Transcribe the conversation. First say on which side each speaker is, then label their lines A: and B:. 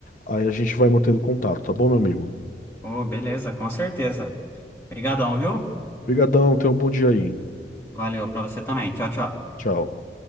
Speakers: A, on the left; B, on the left.
A: Aí a gente vai mantendo contato, tá bom, meu amigo?
B: Oh, beleza, com certeza. Obrigadão, viu?
A: Obrigadão, tenha um bom dia aí.
B: Valeu pra você também. Tchau, tchau.
A: Tchau.